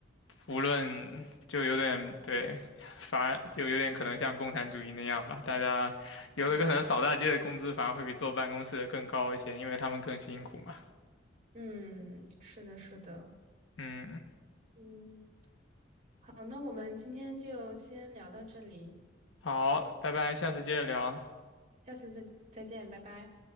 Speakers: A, on the left; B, on the right.
A: 无论就有点对，反而就有点可能像共产主义那样吧。大家有的可能扫大街的工资反而会比坐办公室的更高一些，
B: 嗯，
A: 因为他们更辛苦嘛。
B: 嗯，是的，是的。
A: 嗯，
B: 嗯，好，那我们今天就先聊到这里，
A: 好，拜拜，下次接着聊。
B: 下次再再见，拜拜。